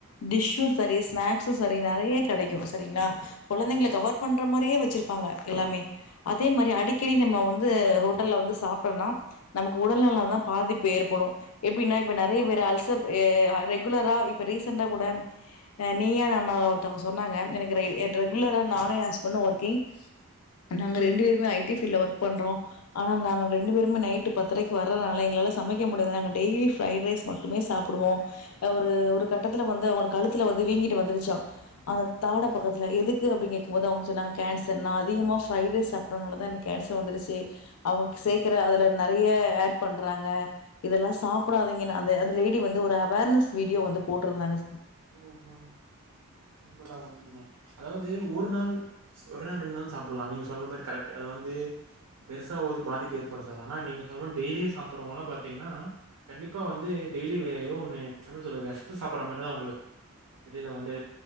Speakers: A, on the left (about 75°); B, on the right (about 90°).
A: டிஷ்ஷும் சரி ஸ்நாக்ஸும் சரி நெறைய கெடைக்கும் சரிங்களா கொழந்தைங்கள
B: ம்,
A: கவர் பண்ற மாரியே வச்சிருப் ங்க எல்லாமே அதே மாரி அடிக்கடி நம்ம வந்து ஹோட்டல்ல வந்து சாப்டோனா நமக்கு உடல்ல ல தா பாதிப்பு ஏற்படு எப்டின்னா இப்ப நெறய பேர் அல்சர் ரெகுலரா இப்ப ரீசண்டா கூட நீயா நானா ல ஒருத்தங்க சொன்னாங்க எனக்கு ரெகுலரா நானு எ ஹஸ்பண்ட்டும் ஒர்க்கிங் நாங்க ரெண்டு பேருமே ஐடி ஃபீல் ஒர்க் பண்றோம் ஆனா நாங்க ரெண்டு பேருமே நைட்டு பத்தரைக்கு வர்றனால எங்கள சமைக்க முடியாது நாங்க டெய்லி ஃபிரைட் ரைஸ் மட்டுமே சாப்டுவோ ஒரு
B: ம்.
A: ஒரு கட்டத்துல வந்து அவங்களுக்கு கழுத்துல வந்து வீங்கிட்டு வந்துருச்சா அந்த தாட
B: அதான்.
A: பக்கத்து எப்டி அப்டினு கேட்கும் போது அவங்க சொன்னாங்க கேன்சர் நா அதிகமா ஃபிரைட் ரைஸ் சாப்டதுனால தா எனக்கு கேன்சர் வந்துருச்சு அவங்க
B: ம்,
A: சேக்குற அதுல நெறய ஆட் பண் றாங்க இதெல்லா சாப்டாதீங்கனு அந்த அந்த லேடி வந்து ஒரு அவர்னஸ் வீடியோ வந்து போட்டுருந்தாங்க
B: ம் ம் உண்மதா உண்மதா அதாவது ஒரு நாள் ஒரு நாள் ரெண்டு நாள் சாப்டலாம் நீங்க சொல்ற மாரி கரெக்ட் அது வந்து பெருசா ஒரு பாதிப்பு ஏற்படுத்தாது ஆனா நீங்க சொல்ற டெய்லியு சாப்பிடுருவங்கள பாத்தீங்கனா கண்டிப்பா வந்து டெய்லி வே எதோ ஒன்னு எப்டி சொல்றது வெஷத்த சாப்டுற மாரிதா அவங்களுக்கு
A: உ <inaudible>
B: வெளியில வந்து